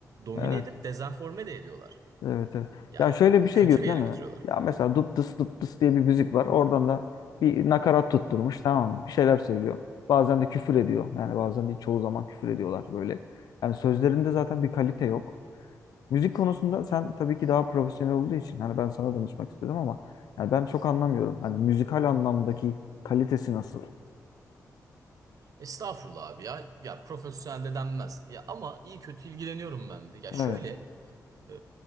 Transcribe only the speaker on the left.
Evet.
Evet evet.
Ya şöyle bir şey
diyorsun
değil mi?
Ya mesela dup dıs dup dıs diye bir müzik var. Oradan da bir nakarat tutturmuş tamam mı? Bir şeyler söylüyor. Bazen de küfür ediyor. Yani bazen değil çoğu zaman küfür ediyorlar böyle. Yani sözlerinde zaten bir kalite yok. Müzik konusunda sen tabii ki daha profesyonel olduğu için hani ben sana danışmak istedim ama yani ben çok anlamıyorum. Hani müzikal anlamdaki kalitesi nasıl?
Evet.